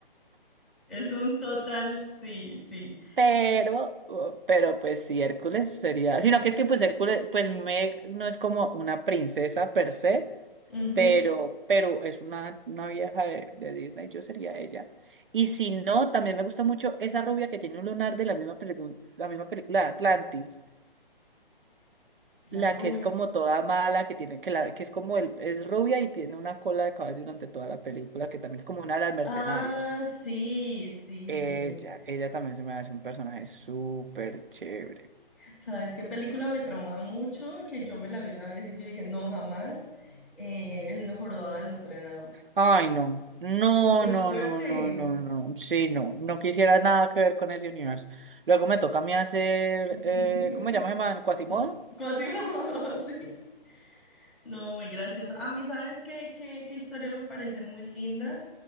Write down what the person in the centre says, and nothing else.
es un total sí, sí.
Ujú.
La
rubia.
Ah, sí, sí.
¿Sabes qué película me traumaba mucho? Que yo me la vi una vez y yo dije, no, jamás. Eh, El no jorobado de Notre Dame.
Es muy
fuerte.
<laughs>
Quasimodo, <laughs> sí. No, muy gracioso. A mí, ¿sabes qué, qué, qué historia me parece muy linda?